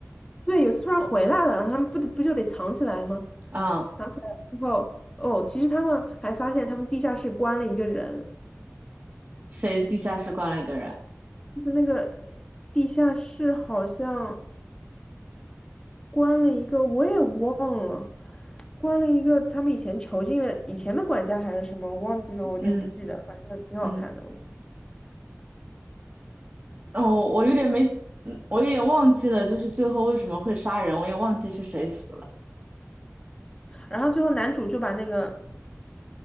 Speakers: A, on the left (about 15°); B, on the right (about 35°).
A: 对，有一次突然回来了，然后他们不得不就得藏起来吗？
B: <laughs> 嗯，
A: 藏起来之后，哦，其实他们还发现他们地下室关了一个人，
B: 谁地下室关了一个人？
A: 就是那个地下室好像关了一个，我也忘了。关了一个他们以前囚禁的以前的管家还是什么，我忘记了，我有点不记得了，
B: 嗯
A: 反正挺好看的，
B: 嗯，
A: 我觉得。
B: 哦，我有点没，嗯我有点忘记了，就是最后为什么会杀人，我也忘记是谁死了，
A: 然后最后男主就把那个